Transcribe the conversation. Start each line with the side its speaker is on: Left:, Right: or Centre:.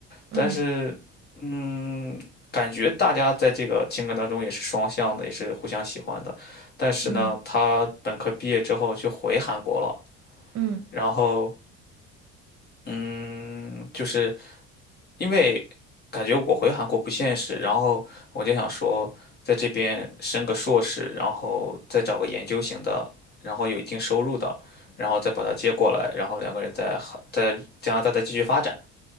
Left: 但是，
Right: 嗯
Left: 嗯，感觉大家在这个情感当中也是双向的，也是互相喜欢的。但是呢，
Right: 嗯
Left: 他本科毕业之后就回韩国了，
Right: 嗯
Left: 然后，嗯，就是因为感觉我回韩国不现实，然后我就想说，在这边升个硕士，然后再找个研究型的，然后有一定收入的，然后再把他接过来，然后两个人在韩在加拿大再继续发展。